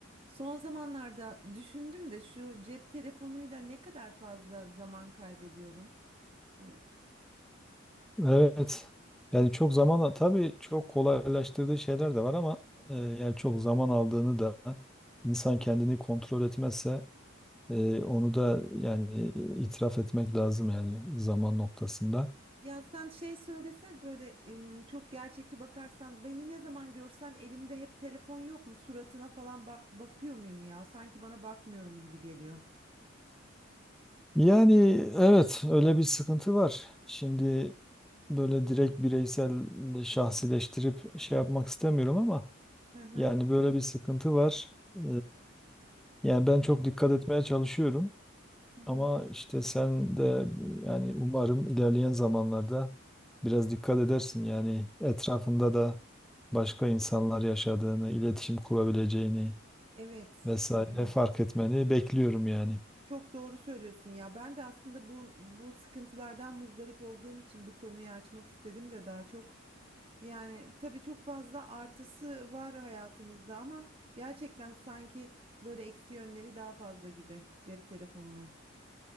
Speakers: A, on the right (about 30°); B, in the centre.
A: Son zamanlarda düşündüm de şu cep telefonuyla ne kadar fazla zaman kaybediyorum. Hı,
B: Evet. Yani çok zaman tabii çok kolaylaştırdığı şeyler de var ama e, yani çok zaman aldığını da insan kendini kontrol etmezse e, onu da yani e, itiraf etmek lazım yani zaman noktasında.
A: Ya sen şey söylese böyle em, çok gerçekçi bakarsan beni ne zaman görsen elimde hep telefon yok mu? Suratına falan bak bakıyor muyum ya? Sanki bana bakmıyorum gibi geliyor.
B: Yani evet öyle bir sıkıntı var. Şimdi böyle direkt bireysel e, şahsileştirip şey yapmak istemiyorum ama
A: Hı hı.
B: yani böyle bir sıkıntı var. E, yani ben çok dikkat etmeye çalışıyorum.
A: hı hı.
B: Ama işte sen de yani umarım ilerleyen zamanlarda biraz dikkat edersin. Yani etrafında da başka insanlar yaşadığını, iletişim kurabileceğini
A: Evet,
B: vesaire
A: evet.
B: fark etmeni bekliyorum yani.
A: Çok doğru söylüyorsun ya. Ben de aslında bu bu sıkıntılardan muzdarip olduğum için bu konuyu açmak istedim de daha çok yani tabii çok fazla artısı var hayatımızda ama gerçekten sanki böyle eksi yönleri daha fazla gibi cep telefonunun.